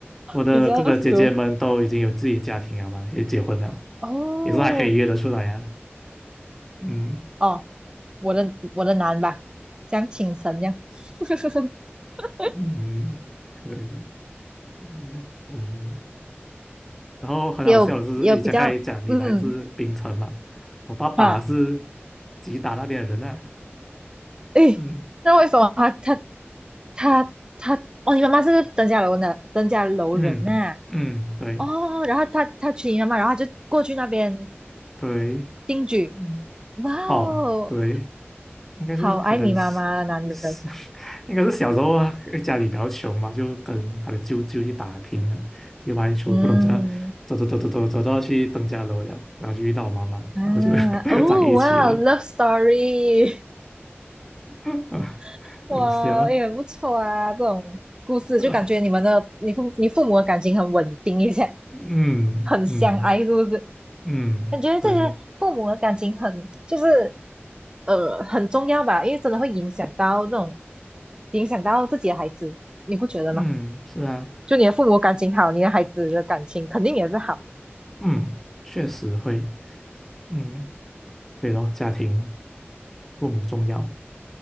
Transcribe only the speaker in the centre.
我的哥哥姐姐们都已经有自己家庭了嘛，
也结婚了，
也是还可以约得出来呀、啊，嗯，
<laughs> 嗯，可以，嗯，嗯然后很好笑的是，
诶，刚刚也讲你来自槟城嘛，我爸爸是
吉打那边的人啊，
嗯
嗯嗯，对
对，
嗯
哦对，应该是可能是是
<laughs> 应该是小时候啊，家里比较穷嘛，就跟他的舅舅去打拼啊，去外出，
不懂怎样走走走走走走到去登家楼了，然后就遇到我妈妈，
然后就 <laughs>
在一起了，
<laughs>
好笑，
<laughs> 嗯嗯。
嗯，
对，
嗯，是啊，
嗯，确实会，嗯，对咯，家庭父母重要，